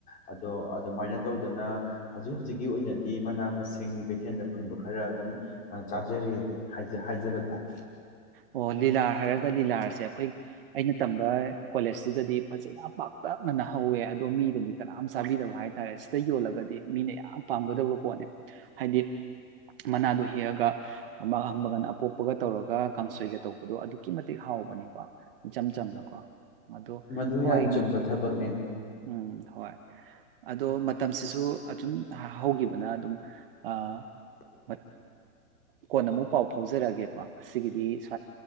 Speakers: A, on the left; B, on the right.
A: ꯑꯗꯣ ꯑꯗꯨꯃꯥꯏꯅ ꯇꯧꯗꯅ ꯍꯧꯖꯤꯛ ꯍꯧꯖꯤꯛꯀꯤ ꯑꯣꯏꯅꯗꯤ ꯃꯅꯥ ꯃꯁꯤꯡ ꯀꯩꯊꯦꯟꯗ ꯐꯪꯕ ꯈꯔ ꯑꯗꯨꯝ ꯆꯥꯖꯔꯤꯌꯦ ꯍꯥꯏꯖ ꯍꯥꯏꯖꯕ ꯇꯥꯏ
B: ꯑꯣ ꯂꯤꯂꯥꯔ ꯍꯥꯏꯔꯒ ꯂꯤꯂꯥꯔꯁꯦ ꯑꯈꯣꯏ ꯇꯝꯕ ꯀꯣꯂꯦꯖꯇꯨꯗꯗꯤ ꯐꯖꯅ ꯄꯥꯛꯇꯛꯅꯅ ꯍꯧꯋꯦ ꯑꯗꯣ ꯃꯤꯗꯗꯤ ꯀꯅꯥꯝ ꯆꯥꯕꯤꯗꯕ ꯍꯥꯏꯇꯥꯔꯦ ꯁꯤꯗ ꯌꯣꯜꯂꯒꯗꯤ ꯃꯤꯅ ꯌꯥꯝ ꯄꯥꯝꯒꯗꯕ ꯄꯣꯠꯅꯦ ꯍꯥꯏꯗꯤ ꯃꯅꯥꯗꯣ ꯍꯦꯛꯑꯒ ꯑꯃ ꯃꯒꯟ ꯑꯄꯣꯞꯄꯒ ꯇꯧꯔꯒ ꯇꯧꯕꯗꯣ ꯑꯗꯨꯛꯀꯤ ꯃꯇꯤꯛ ꯍꯥꯎꯕꯅꯤꯀꯣ ꯏꯆꯝ ꯆꯝꯅ ꯀꯣ ꯑꯗꯣ
A: ꯃꯗꯨ
B: ꯍꯣꯏ
A: ꯌꯥꯝ
B: ꯅꯠ
A: ꯆꯨꯝꯕ ꯊꯕꯛꯅꯦ
B: ꯎꯝ ꯍꯣꯏ ꯑꯗꯣ ꯃꯠ ꯇꯝꯁꯤꯁꯨ ꯑꯗꯨꯝ ꯍꯧꯒꯤꯕꯅ ꯑꯗꯨꯝ ꯑꯥ ꯍꯣꯏ ꯀꯣꯟꯅ ꯃꯨꯛ ꯄꯥꯎ ꯐꯥꯎꯖꯔꯒꯦꯀꯣ <unintelligible>